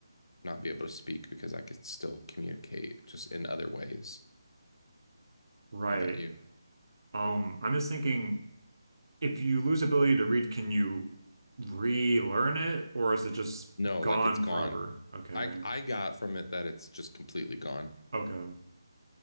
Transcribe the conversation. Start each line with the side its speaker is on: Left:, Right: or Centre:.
Left: not be able to speak because I could still communicate just in other ways.
Right: Right.
Left: How about you?
Right: Um, I'm just thinking if you lose ability to read, can you relearn it or is it just
Left: No,
Right: gone
Left: like it's gone.
Right: forever? Okay.
Left: I I got from it that it's just completely gone.
Right: Okay.